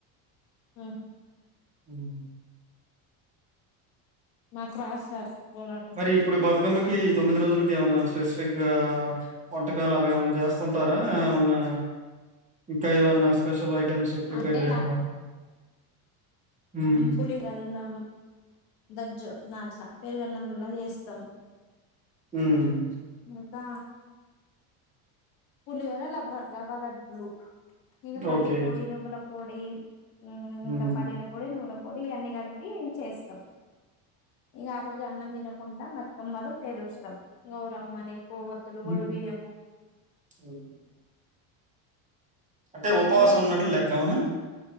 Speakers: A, on the left (about 75°); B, on the right (about 15°).
A: ఉహు
B: హ్మ్
A: మాకు రాదు సార్ కోలాటం
B: మరి ఇప్పుడు బతుకమ్మకి తొమ్మిది రోజులకి ఏమన్నా స్పెసిఫిక్ గా వంటకాలు అవి ఏమన్నా చేస్తుంటారా ఏమన్నా ఇంకా ఏమన్నా స్పెషల్ ఐటెమ్స్ ప్రిపేర్
A: అంటే
B: చేయడం అట్లా హ్మ్.
A: మ్ పులిరన్నం దజ్జో నాట్ నా పెరుగన్నం లా ఏస్తమ్
B: ఉమ్
A: ఇంకా పులిహోరా లవ్వ రవ్వలడ్లు ఇగ పల్లి
B: ఓకే.
A: పొడి నువ్వుల పొడి ఉమ్
B: హ్మ్.
A: ఇంక పల్లిలు నువ్వుల పొడి అని కలిపి చేస్తాం ఇగ ఆరోజు అన్నం తినకుండా బతుకమ్మలు పేరుస్తాం గౌరమ్మని పోవతులు
B: హ్మ్.
A: వడి బియ్యము
B: హ్మ్. అంటే ఉపవాసం
A: అన్ని
B: ఉన్నట్లు లెక్క అవునా